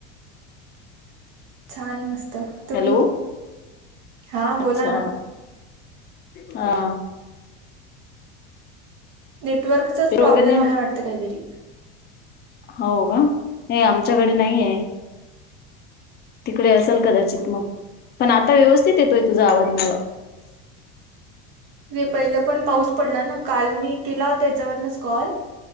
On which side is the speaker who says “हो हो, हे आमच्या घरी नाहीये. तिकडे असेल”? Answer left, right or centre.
Left